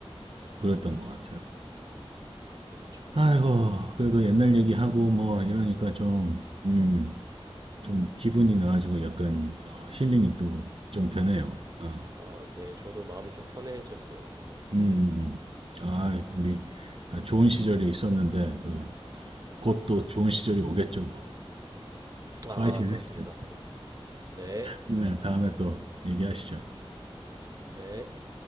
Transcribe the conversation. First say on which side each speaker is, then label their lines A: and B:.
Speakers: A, on the right; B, on the right.
A: 네,
B: 그랬던 것 같아요.
A: 그렇죠.
B: 아이고 그래도 옛날 얘기하고 뭐 이러니까 좀 음, 좀 기분이 나아지고 약간 어, 힐링이 또 좀 되네요. 어,
A: 아, 네, 저도 마음이 좀 편해졌어요. 아, 네.
B: 음, 음. 아, 우리 다 좋은 시절이 있었는데 그 곧 또 좋은 시절이 오겠죠 뭐. 파이팅
A: 아, 그렇습니다.
B: 하시죠.
A: 네, 네,
B: 네, 다음에 또 얘기하시죠.
A: 네.